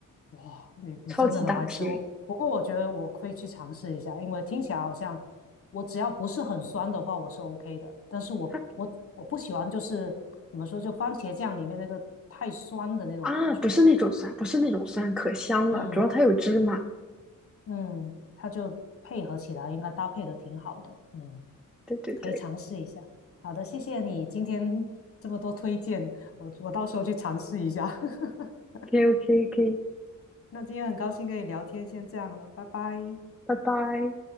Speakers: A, on the left; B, in the centre.
A: 哇，你你真的很爱吃我。
B: 超级大瓶。
A: 不过我觉得我会去尝试一下，因为听起来好像我只要不是很酸的话，我是 OK 的。但是我我我不喜欢就是怎么说，
B: 它
A: 就番茄酱里面那个太酸的那种感觉。
B: 啊，不是那种酸，不是那种酸，可香了，
A: 嗯
B: 主要它有芝麻。
A: 嗯，它就配合起来应该搭配的挺好的。嗯。
B: 对对对
A: 可以尝试一下。好的，谢谢你今天这么多推荐，我我到时候去尝试一下。<laughs>
B: ，OK OK OK，
A: 那今天很高兴跟你聊天，先这样了，拜拜。
B: 拜拜。